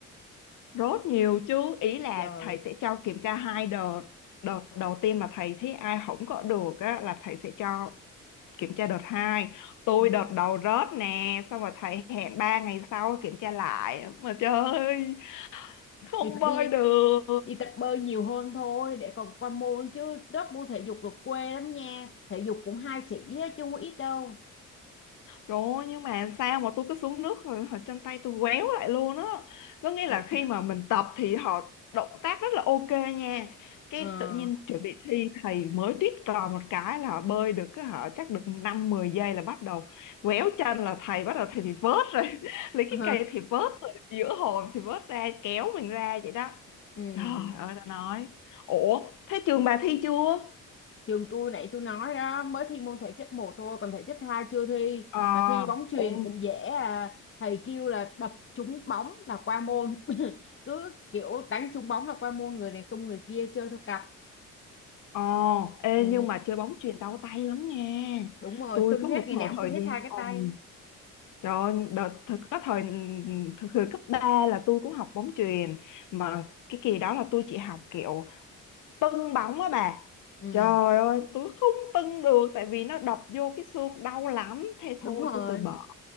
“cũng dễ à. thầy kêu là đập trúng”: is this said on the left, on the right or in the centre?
Left